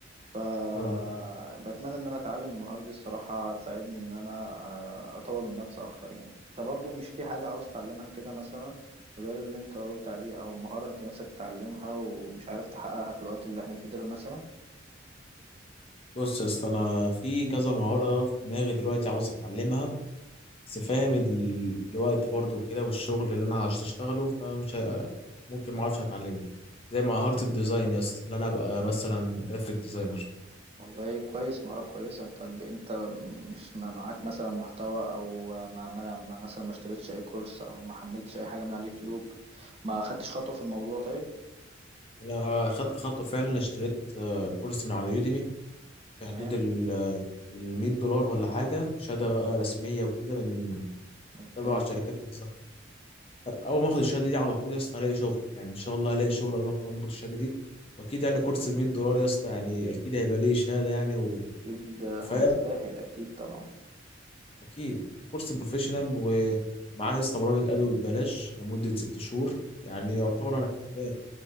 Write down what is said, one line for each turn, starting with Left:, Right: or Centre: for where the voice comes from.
Right: فبتمنى
Left: آه.
Right: ان انا اتعلم المهارة دي الصراحة هتساعدني ان انا آه، اطور من نفسي اكتر يعني انت برضو مش في حاجة عاوز تتعلمها كده مثلا غير اللي انت قلت عليه او مهارة انت نفسك تتعلمها ومش عارف تحققها في الوقت اللي احنا فيه ده مثلا
Left: بص يا اسطى انا في كذا مهارة في دماغي دلوقتي عاوز اتعلمها بس فاهم ال- الوقت برضو وكده والشغل اللي انا عاوز اشتغله فمش ه- ممكن ما اعرفش اتعلمه زي مهارة الديزاين يا اسطى اللي انا ابقى مثلا جرافيك ديزاينر
Right: والله كويس مهارة كويسة طب انت مش ما معاك مثلا محتوى او ما ما ما- مثلا ما اشتريتش اي كورس او ما حملتش اي حاجة من على اليوتيوب ما خدتش خطوة في الموضوع طيب
Left: انا خدت خطوة فعلا اشتريت آه، كورس من على يوديمي في
Right: تمام
Left: حدود ال ال 100 دولار ولا حاجة بشهادة بقى رسمية وكده من
Right: ممتاز
Left: تبع الشركات الزهراء اول ما اخد الشهاده دي على طول يا اسطى هلاقي شغل يعني ان شاء الله هلاقي شغل اول ما أول ما اخد الشهاده دي واكيد يعني كورس ب 100 دولار يا اسطى يعني اكيد هيبقى ليه شهاده يعني و-
Right: اكيد هيستاهل
Left: وفاهم
Right: اكيد طبعا
Left: اكيد وكورس بروفيشنال ومعاه يا اسطى برامج ادوي ببلاش لمده ست شهور يعني يعتبر انا كسبان.